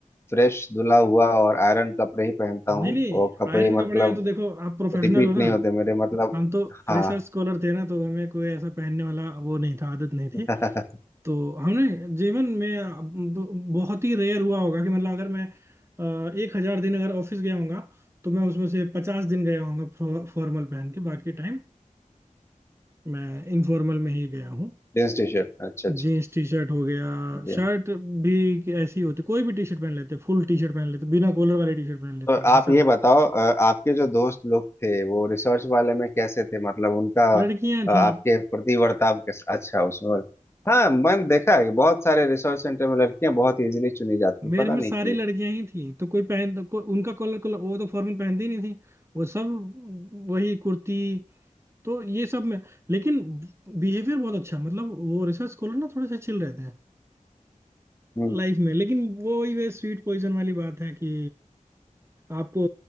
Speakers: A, on the left; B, on the right.
A: फ्रेश धुला हुआ और आयरन कपड़े ही पहनता
B: नहीं
A: हूँ
B: नहीं
A: और कपड़े
B: आयरन
A: मतलब
B: कपड़े का तो देखो आप प्रोफेशनल
A: रिपीट
B: हो ना
A: नहीं होते मेरे मतलब
B: हम तो
A: हाँ
B: रिसर्च स्कॉलर थे ना तो हमें कोई ऐसा पहनने वाला वो नहीं था आदत नहीं
A: <laughs>
B: तो हमने जीवन में अब ब- बहुत ही रेयर हुआ होगा कि मतलब अगर मैं एक हजार दिन अगर ऑफिस गया होगा तो मैं उसमें से पचास दिन गया होगा फॉर्मल पहन के बाकी टाइम मैं इनफॉर्मल में ही गया हूँ
A: जींस टी शर्ट अच्छा अच्छा
B: जीन्स टी शर्ट हो गया
A: अच्छा।
B: शर्ट भी ऐसी ही होती कोई भी टी शर्ट पहन लेते फुल टी शर्ट पहन लेते बिना कॉलर वाली टी शर्ट पहन लेते
A: तो
B: हैं
A: आप
B: ऐसा
A: ये बताओ अ, आपके जो दोस्त लोग थे वो रिसर्च वाले में कैसे थे मतलब उनका
B: लड़कियां
A: अ, आपके
B: थी
A: प्रति वर्ताव कैसा अच्छा उसमें और हाँ मैंने देखा है कि बहुत सारे रिसर्च सेंटर में लड़कियां बहुत इजीली चुनी जाती हैं
B: मेरे
A: पता
B: में
A: नहीं
B: सारी
A: क्यों
B: लड़कियां ही थी तो कोई पहन को, उनका कॉलर कॉलर वो तो फॉर्मल पहनती ही नहीं थी वो सब वही कुर्ती तो ये सब में लेकिन बिहेवियर बहुत अच्छा है। मतलब वो रिसर्च स्कॉलर ना थोड़े से चिल रहते हैं
A: हम्म
B: लाइफ में लेकिन वो वही वे स्वीट पॉइजन वाली बात है कि आपको